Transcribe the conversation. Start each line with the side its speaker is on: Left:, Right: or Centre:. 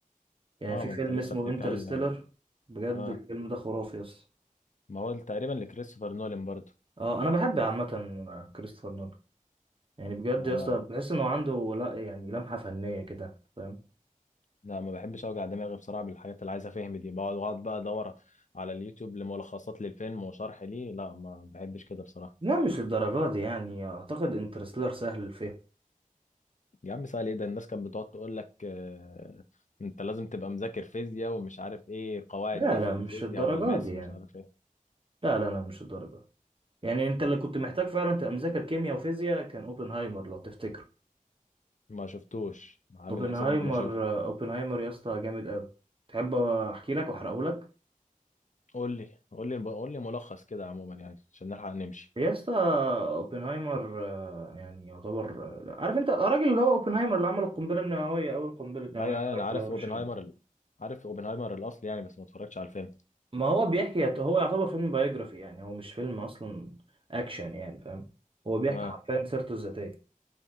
Right: يعني
Left: اه
Right: في
Left: ما
Right: فيلم
Left: انت لسه
Right: مم. اسمه
Left: بتتكلم
Right: انترستيلر بجد
Left: اه
Right: الفيلم ده خرافي يا اسطى
Left: ما هو تقريبا لكريستوفر نولان برضو
Right: اه انا بحب عامة كريستوفر نولان يعني بجد
Left: لا
Right: يا
Left: ما
Right: اسطى بحس انه عنده لا يعني لمحة فنية كده فاهم
Left: لا ما بحبش اوجع دماغي بصراحة بالحاجات اللي عايز افهم دي بقعد بقعد بقى ادور على اليوتيوب لملخصات للفيلم وشرح ليه لا ما بحبش كده بصراحة
Right: لا مش للدرجة دي يعني اعتقد انترستيلر سهل الفهم
Left: يا عم سهل ايه ده الناس كانت بتقعد تقول لك آه انت لازم تبقى مذاكر فيزياء ومش عارف ايه قواعد
Right: لا
Left: ايه
Right: لا
Left: في الفيزياء
Right: مش الدرجات
Left: والماس
Right: دي يعني
Left: ومش عارف ايه
Right: لا لا لا مش الدرجة يعني انت اللي كنت محتاج فعلا تبقى مذاكر كيمياء وفيزياء كان اوبنهايمر لو تفتكره
Left: ما شفتوش عامل
Right: اوبنهايمر
Left: حساب ان انا اشوف
Right: اوبنهايمر يا اسطى جامد قوي تحب احكي لك واحرقه لك
Left: قول لي قول لي قول لي ملخص كده عموما يعني عشان نلحق نمشي
Right: يا اسطى اوبنهايمر آه، يعني يعتبر آه، عارف انت الراجل اللي هو اوبنهايمر اللي عمل القنبله النوويه اول قنبله
Left: ايوه
Right: نوويه
Left: ايوه انا عارف
Right: على هيروشيما
Left: اوبنهايمر ال... عارف اوبنهايمر الاصل يعني بس ما اتفرجتش على الفيلم
Right: ما هو بيحكي هو يعتبر فيلم بايوجرافي يعني هو مش فيلم اصلا اكشن يعني فاهم هو بيحكي
Left: اه
Right: حرفيا سيرته الذاتيه